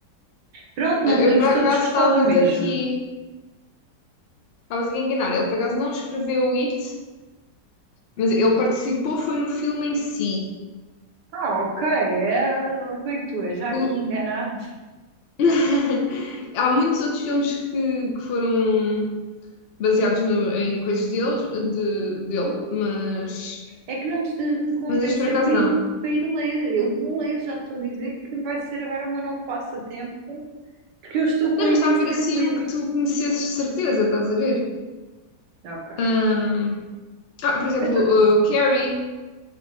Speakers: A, on the right (about 85°); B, on the left (about 80°).
A: Pronto, não
B: Eu
A: podemos
B: por acaso
A: todos gostar
B: estava-te
A: do mesmo.
B: aqui, estavas aqui a enganar. Ele por acaso não escreveu o It, mas ele participou, foi no filme em si.
A: Ah, ok, é... como é que tu és? Já aqui
B: O-
A: enganado?
B: <laughs> Há muitos outros filmes que, que foram baseados no- em coisas deles, de, dele, mas,
A: É que não precisas de me convencer
B: mas este por acaso
A: para ir,
B: não.
A: para ir ler. Eu vou ler, já estou a dizer que vai ser agora o meu novo passatempo, porque eu estou com
B: Não,
A: imenso
B: mas estava a ver
A: tempo
B: assim
A: livre.
B: um que tu conhecesses de certeza, estás a ver?
A: Ok.
B: Ahm, ah, por exemplo,
A: Então,
B: o Carrie.